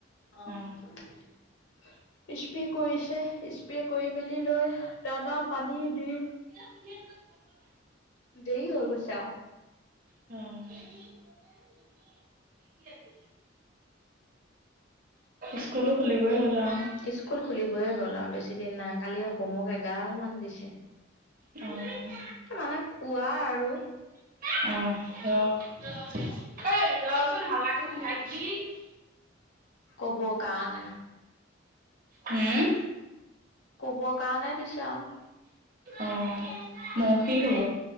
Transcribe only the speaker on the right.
অ
<unintelligible>
অঁ। স্কুলো খুলিবই হ'ল আৰু
অ',
অ ৰ এ ৰচোন হালা কৰি নাথাকিবি।
উম'
অ মখৌক হ'ব।